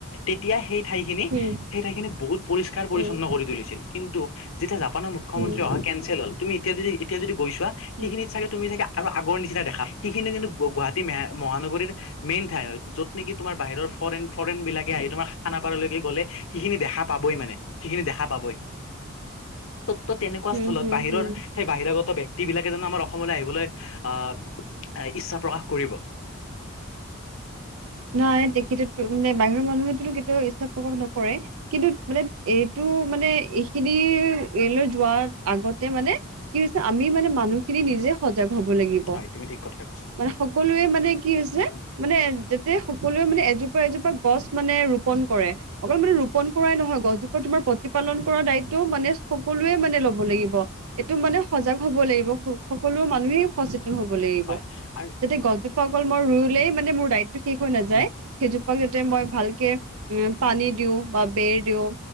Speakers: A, on the left; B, on the right.
A: তেতিয়া সেই ঠাইখিনি
B: উম,
A: সেই ঠাইখিনিত বহুত পৰিষ্কাৰ পৰি্ছন্ন
B: উম,
A: কৰি তুলিছিল। কিন্তু যেতিয়া জাপানৰ মুখ্যমন্ত্ৰী
B: উম,
A: অহা কেনঞ্চেল হল তুমি এতিয়া যদি এতিয়া যদি গৈছোৱা সেইখিনিত
B: উম,
A: ছাগে। তুমি চাগে আৰু আগৰ নিচিনা দেখা সেইখিনি কিন্তু গুৱাহাটী মহানগৰীৰ। মেইন ঠাই হয়, য'ত নেকি তোমাৰ বাহিৰৰ ফৰেন, ফৰেন বিলাকে আহি তোমাৰ খানাপাৰালকে গ'লে সেইখিনি দেখা পাবই মানে, সিখিনি দেখা পাবই। তত্ব তেনেকুৱা
B: উম,
A: স্থলত
B: উম,
A: বাহিৰৰ
B: উম।
A: সেই বাহিৰাগত ব ব্যক্ত বিলাকে যোন আমাৰ অসমলৈ আহিবলৈ আহ, ইচ্ছা প্ৰকাশ কৰিব।
B: নাই তেখেতো মানে বাহিৰৰ মানুহো কেতিয়াও ইচ্ছা প্ৰকাট নকৰে। কিন্তু মানে এইটো মানে এইখিনিৰৈ যোৱাৰ আগতে মানে কি হৈছে, আমি মানে মানুহখিনি নিজে সজাগ হব লাগিব।
A: হয় তুমি ঠিক কথা কৈছা
B: মানে সকলোৱে মানে কি হৈছে
A: উম
B: মানে যে সকলোৱে মানে এজোপা, এজোপা গছ মানে ৰোপন কৰে, অকল মানে ৰোপন কৰাই নহয় গছজোপ তোমাৰ প্ৰতিপালন কৰা দায়িত্বটো মানে সকলোৱে মানে লব লাগিব। এইটো মানে সজাগ হ'ব লাগিব, সকলো মানুহেই সচেতন হ'ব লাগিব,
A: হয় আৰু
B: যাতে গছজুপা- অকল মই ৰুলেই মানে মোৰ দাইতটো শেষ হৈ নাযায়,
A: উম
B: সেইজোপাক যাতে মই ভালকে- উম পানী দিওঁ বা বেৰ দিওঁ।